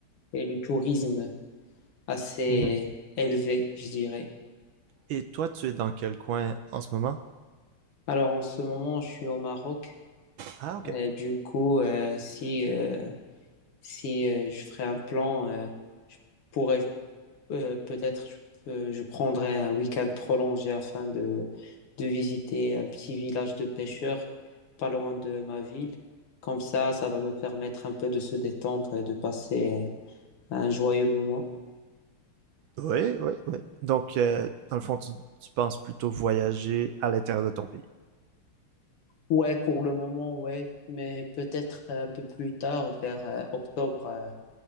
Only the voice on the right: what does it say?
Mhm.
Et toi, tu es dans quel coin en ce moment?
Ah, ok.
Oui, oui, oui. Donc, euh, dans le fond, tu, tu penses plutôt voyager à l'intérieur de ton pays.